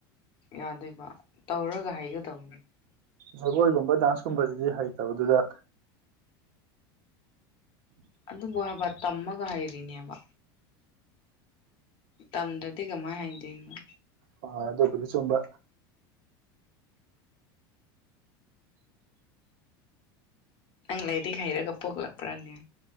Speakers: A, on the left (about 45°); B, on the right (about 70°).
A: ꯌꯥꯗꯣꯏꯕ ꯇꯧꯔꯒ ꯍꯥꯏꯒꯗꯧꯅꯤ
B: ꯖꯕꯣꯏꯒꯨꯝꯕ ꯗꯥꯟꯁꯀꯨꯝꯕꯁꯤꯗꯤ ꯍꯩꯇꯕꯗꯨꯗ
A: ꯑꯗꯨꯕꯨ ꯍꯥꯏꯕ ꯇꯝꯃꯒ ꯍꯥꯏꯔꯤꯅꯦꯕ ꯇꯝꯗ꯭ꯔꯗꯤ ꯀꯃꯥꯏ ꯍꯥꯏꯗꯣꯏꯃ
B: ꯍ ꯑꯗꯨꯗꯣ ꯀꯗꯤ ꯆꯨꯝꯕ
A: ꯅꯪ ꯂꯩꯔꯤ ꯍꯩꯔꯒ ꯄꯣꯛꯂꯛꯄ꯭ꯔꯅꯦ